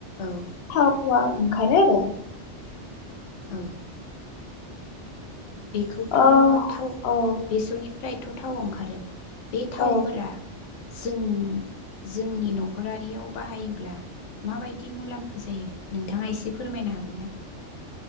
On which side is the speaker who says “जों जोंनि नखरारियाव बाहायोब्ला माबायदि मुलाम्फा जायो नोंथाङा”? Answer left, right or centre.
Left